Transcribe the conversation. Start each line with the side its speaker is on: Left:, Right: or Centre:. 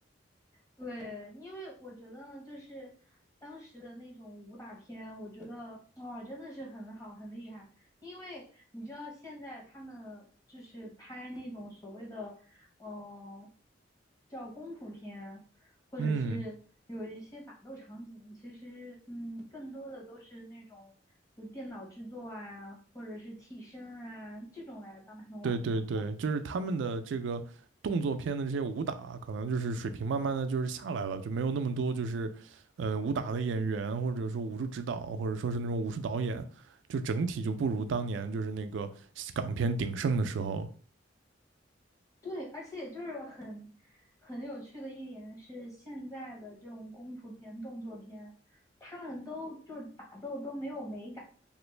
Left: 对，因为我觉得就是当时的那种武打片，我觉得哇，真的是很好，很厉害。因为你知道现在他们就是拍那种所谓的，呃，叫功夫片，或者是有一些打斗场景，
Right: 嗯，
Left: 其实嗯，更多的都是那种就电脑制作啊，或者是替身啊这种来帮他们完成的。
Right: 对对对，就是他们的这个动作片的这些武打，可能就是水平慢慢的就是下来了，就没有那么多就是呃武打的演员，或者说武术指导，或者说是那种武术导演，就整体就不如当年就是那个港片鼎盛的时候。
Left: 对，而且就是很很有趣的一点是，现在的这种功夫片、动作片，他们都就是打斗都没有美感。